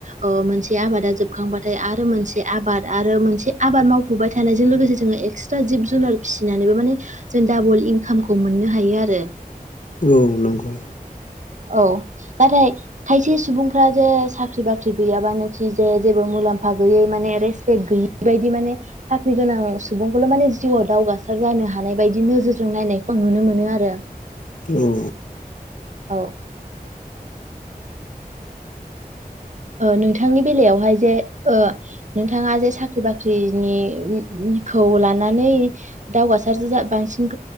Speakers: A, on the right; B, on the left.
A: ओ मोन मोनसे आबादा जोबखांबाथाय आरो मोनसे आबाद आरो मोनसे आबाद मावफुबाय थानायजों लोगोसे जोङो एक्सट्रा जिब जु जुनार फिसिनानैबो माने जों डाबल इनकामखौ मोननो हायो आरो।
B: औ नंगौ।
A: औ नाथाय खायसे सुबुंफ्रा जे साख्रि बाख्रि गैयाबानोखि जे जेबो मुलाम्फा गयै म रेसपेक् गैयै बायदि माने साख्रि गोनां सुबुंखौल' माने जिउ'आव दावगासार जानो हानाय बायदि नोजोरजों नायनायखौ नुनो मोनो आरो।
B: औ।
A: औ ओ नोंथांनि बेलायावहाय जे ओ नोंथाङा जे साख्रि बाख्रिनि खौ लानानै दावगार जा--जा बांसिन